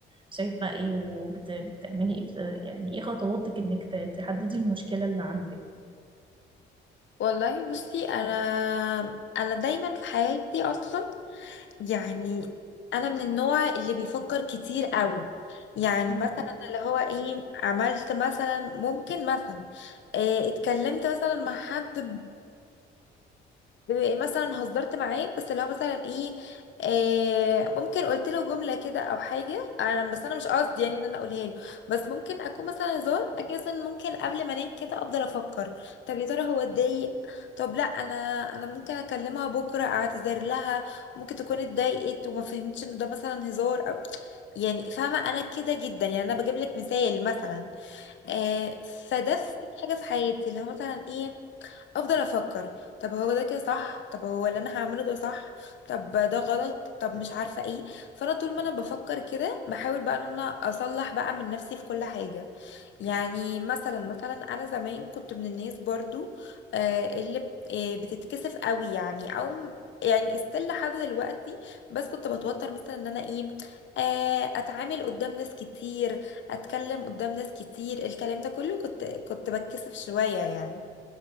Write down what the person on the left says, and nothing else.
والله بصي انا انا دايما في حياتي اصلا يعني انا من النوع اللي بيفكر كتير قوي يعني
مثلا اللي هو ايه عملت مثلا ممكن مثلا آه، اتكلمت مثلا مع حد بيبقى إيه مثلا هزرت معاه بس لو مثلا ايه آه ممكن قلت له جمله كده او حاجه انا بس انا مش قصدي يعني ان انا اقولها له بس ممكن اكون مثلا هزار اجي مثلا ممكن قبل ما انام كده افضل افكر طب يا ترى هو اتضايق طب لا انا انا ممكن اكلمها بكره اعتذر لها ممكن تكون اتضايقت وما فهمتش ان ده مثلا هزار أو يعني فاهمه انا كده جدا يعني انا بجيب لك مثال مثلا آه فده في حاجه في حياتي اللي هو مثلا ايه افضل افكر طب هو ده كده صح طب هو اللي انا هعمله ده صح طب ده غلط طب مش عارفه ايه فانا طول ما انا بفكر كده بحاول بقى ان انا اصلح بقى من نفسي في كل حاجه يعني مثلا مثلا انا زمان كنت من الناس برضو آه اللي ب- آه بتتكسف قوي يعني او م- يعني استيل لحد دلوقتي بس كنت بتوتر مثلا ان انا ايه آه، اتعامل قدام ناس كتير اتكلم قدام ناس كتير الكلام ده كله كنت كنت بتكسف شويه يعني